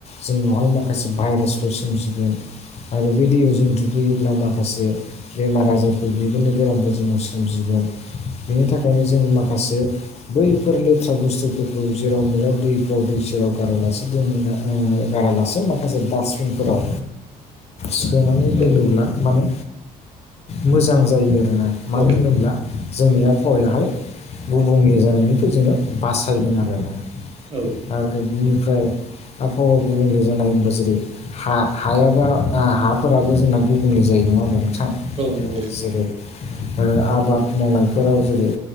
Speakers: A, on the left; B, on the right.
A: जोंनावहाय माखासे भाइरासफोर सोमजिगोन। आरो बे दैयाव जों दुगैयोब्ला माखासे बेमार आजारफोर बेफोरनि बेरामखौ जोङो सोमजिगोन बेनि थाखायनो जोङो माखासे बैफोर लेथ्रा बुस्थुफोरखौ जेराव मेराव दैफ्राव दै सेराव गारालासे दोननो नाङो गारालासे माखासे डास्टबिनफोराव सोनानै
B: औ
A: दोनोब्ला माने मोजां जायो आरोना मानो
B: नोंथां
A: होनोब्ला जोंनि
B: औ
A: आ बहावायाहाय गुबुंले जानायनिफ्राय जोङो बासायगोन आरोना
B: औ
A: आरो बिनिफ्राय आबहावा गुबुंले जानाय होनबा जेरै हा हायाबो आ हाफोराबो जोंना गुबुंले जायो नङा होमबा नोंथां
B: नंगौ नोंथां
A: जेरै ओ आबाद मावनायफोराव जेरै